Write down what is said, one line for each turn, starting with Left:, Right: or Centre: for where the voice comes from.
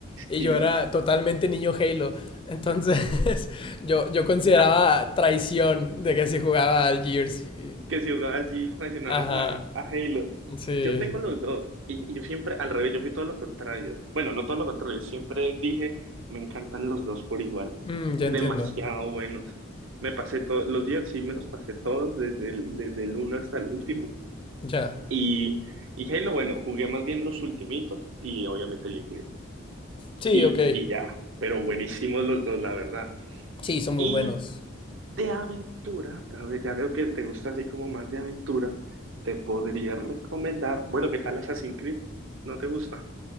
Left: y
Right: y
Left: yo era totalmente niño Halo, entonces <laughs> yo, yo consideraba
Right: ja,
Left: traición de que se jugaba al Gears. y-
Right: que si jugabas Gears mencionabas
Left: Ajá,
Right: a, a Halo.
Left: sí,
Right: Yo tengo los dos, y, y yo siempre, al revés, yo fui todo lo contrario. Bueno, no todo lo contrario, siempre dije, me encantan los dos por igual,
Left: Mm, ya
Right: demasiado
Left: entiendo,
Right: buenos. Me pasé todos, los Gears sí me los pasé todos, desde el, desde el uno hasta el último,
Left: ya.
Right: y... Y Halo, bueno, jugué más bien los ultimitos y obviamente el Infinite.
Left: Sí,
Right: y,
Left: ok,
Right: y ya, pero buenísimos los dos, la verdad.
Left: sí, son muy
Right: Y
Left: buenos.
Right: de aventura, a ver, ya veo que te gusta así como más de aventura, te podría recomendar, bueno, ¿qué tal Assassin's Creed? ¿No te gusta?